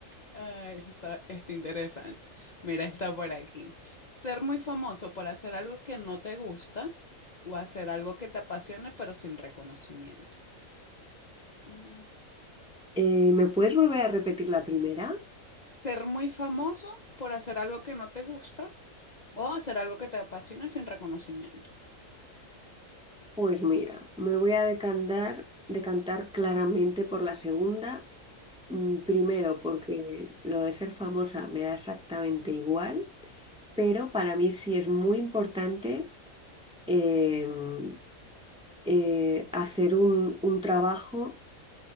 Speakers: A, on the left (about 40°); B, in the centre.
A: Ay, está, está interesante. Mira, está por aquí. Ser muy famoso por hacer algo que no te gusta o hacer algo que te apasione, pero sin reconocimiento. Mm.
B: Eh, ¿me puedes volver a repetir la primera?
A: Ser muy famoso por hacer algo que no te gusta o hacer algo que te apasiona sin reconocimiento.
B: Pues mira, me voy a decantar, decantar claramente por la segunda. Mm, Primero, porque lo de ser famosa me da exactamente igual, pero para mí sí es muy importante em, eh, hacer un, un trabajo.